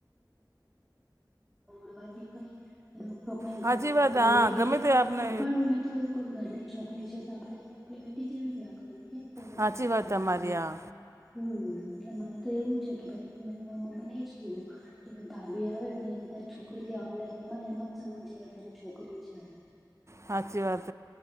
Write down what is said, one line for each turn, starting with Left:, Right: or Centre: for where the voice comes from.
Centre: મે. <unintelligible> રોકટોક નહી
Right: સાચી
Centre: કરવાની
Right: વાત હા
Centre: જેવી રીતે
Right: ગમે તે આપણે
Centre: એ પણ બી તો કોઈ ઘરની છોકરી છે તો આપણે એને આપણી બેટી કેવી રાખવાની. કેમ કોઈને
Right: સાચી
Centre: તકલીફ
Right: વાત
Centre: આપવાની
Right: તમારી આ.
Centre: હમ એટલે મને તો એવું જ છે કે ભાઈ મે એ મમ્મી ને એજ કેઉ કે ભાભી આવે તો તારી છોકરી છે અમને એ એમ જ સમજ તારી છોકરી છે.
Right: સાચી વાત